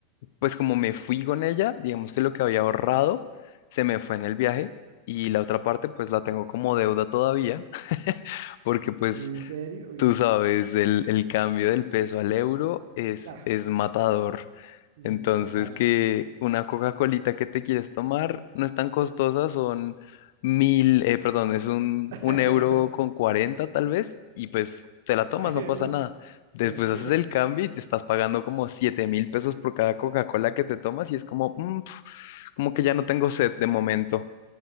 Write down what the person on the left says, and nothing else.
pues como me fui con ella, digamos que lo que había ahorrado se me fue en el viaje y la otra parte pues la tengo como deuda todavía, <laughs> porque pues
tú
sabes, el, el cambio del peso al euro es,
es matador.
Entonces,
que una Coca-Colita que te quieres tomar no es tan costosa, son mil, eh, perdón, es un,
un euro con cuarenta tal vez, y pues te la
tomas, no pasa nada. Después
haces el cambio y te estás pagando como siete mil pesos por cada Coca-Cola que te tomas, y es como, "Mm, pf, como que ya no tengo sed de momento.